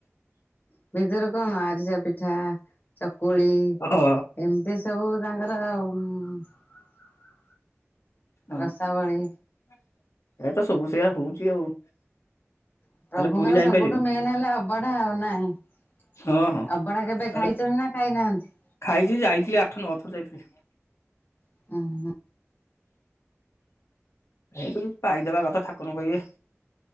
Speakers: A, on the left; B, on the left.
A: <inaudible>
B: ହଁ
A: <inaudible>
B: <inaudible>
A: ରସାବଳି <inaudible>
B: ପୁରୀ ଯାଇପାରିଲିନି ହଁ ହଁ
A: <inaudible>
B: ଆ- ତାହେଲେ <inaudible>
A: <inaudible>
B: <inaudible>